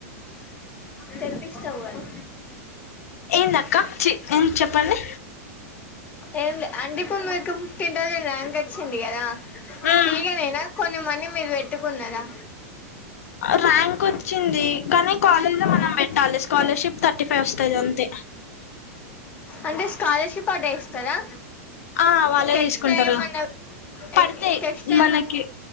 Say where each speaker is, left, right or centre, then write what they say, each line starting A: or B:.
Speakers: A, on the left (about 20°); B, on the left (about 80°).
A: తెప్పిస్తావు కదా
B: ఏందక్క చి ఏం చెప్పండి
A: ఏం లే అంటే ఇప్పుడు మీకు ఫిఫ్టీన్ థౌజండ్ ర్యాంక్ వచ్చింది కదా
B: మ్మ్
A: ఫ్రీగా నేనా కొంజం మని మీరు పెట్టుకున్నరా
B: ర్యాంక్ వచ్చింది కానీ కాలేజ్ లో మనం పెట్టాలి స్కాలర్షిప్ థర్టీ ఫైవ్ వస్తది అంతే
A: అంటే స్కాలర్షిప్ అట్లా ఇస్తారా
B: ఆ వాళ్ళే
A: ఇంక ఎక్స్ట్
B: తీసుకుంటారు
A: ఏమన్నా
B: పడతాయి
A: ఐన ఎక్స్ట్రా
B: మనకి
A: ఏమన్